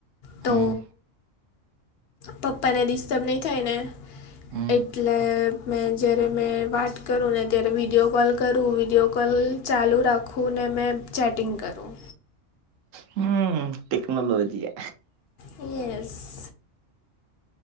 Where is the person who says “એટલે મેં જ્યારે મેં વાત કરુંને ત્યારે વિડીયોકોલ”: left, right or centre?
Left